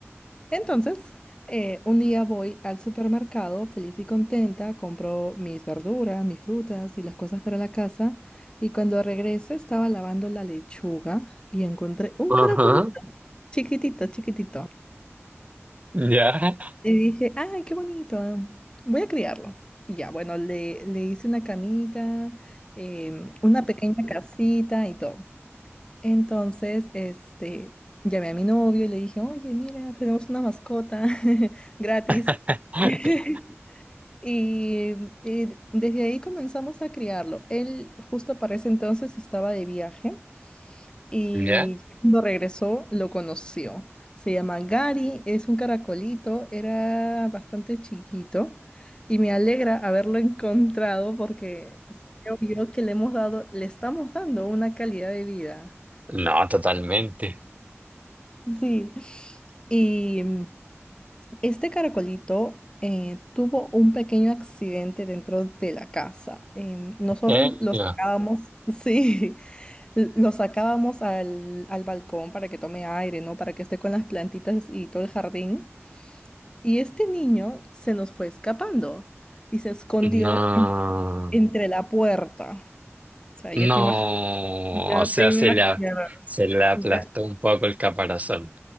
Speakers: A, on the left; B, on the right.
A: Entonces, eh, un día voy al supermercado feliz y contenta, compro mis verduras, mis frutas y las cosas para la casa. Y cuando regreso estaba lavando la lechuga y encontré un
B: ajá,
A: caracolito, chiquitito, chiquitito.
B: ¿ya?
A: Y dije, ¡ay, qué bonito! Voy a criarlo. Y ya, bueno, le, le hice una camita, em, una pequeña casita y todo. Entonces, este, llamé a mi novio y le dije, oye, mira, tenemos una mascota <laughs> gratis.
B: <laughs>
A: <laughs> Y, y desde ahí comenzamos a criarlo. Él justo para ese entonces estaba de viaje y
B: ¿Ya?
A: cuando regresó lo conoció. Se llama Gary, es un caracolito, era bastante chiquito y me alegra haberlo encontrado porque creo yo que le hemos dado, le estamos dando una calidad de vida.
B: No, totalmente.
A: Sí. Y mm, este caracolito eh, tuvo un pequeño accidente dentro de la casa. Em, nosotros
B: ¿En
A: lo
B: serio?
A: sacábamos, <laughs> sí, l- lo sacábamos al, al balcón para que tome aire, ¿no? Para que esté con las plantitas y todo el jardín. Y este niño se nos fue escapando y se escondió
B: No.
A: en- entre la puerta. O sea, ya
B: No,
A: te imag- ya
B: o sea,
A: te imaginarás.
B: se le, a- se le aplastó
A: Ya.
B: un poco el caparazón.